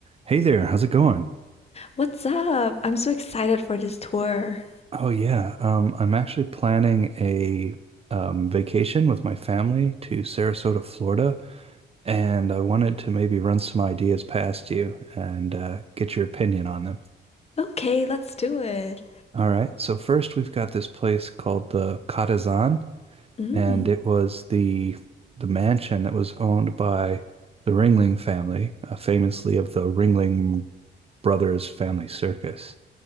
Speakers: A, on the right; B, on the left.
A: Hey there, how's it going?
B: What's up? I'm so excited for this tour.
A: Oh yeah, um, I'm actually planning a um, vacation with my family to Sarasota, Florida, and I wanted to maybe run some ideas past you and uh, get your opinion on them.
B: Okay, let's do it.
A: All right, so first we've got this place called the Catazan,
B: Mm,
A: and it was the the mansion that was owned by the Ringling family, uh, famously of the Ringling Brothers Family Circus.